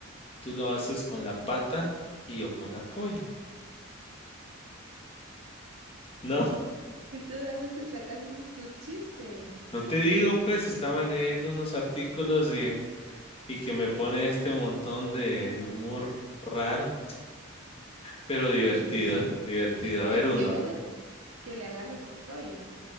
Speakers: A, on the left (about 25°); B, on the right (about 75°).
A: Tú lo haces con la pata y yo con la polla. No,
B: ¿Y tú de dónde te sacas esos tus chistes?
A: no te digo, pues estaba leyendo unos artículos y, y que me pone este montón de, de humor raro, pero
B: Sí,
A: divertido,
B: me imagino.
A: divertido.
B: Mi-
A: A ver
B: Y
A: uno.
B: qué bueno que, que le agarras el rollo.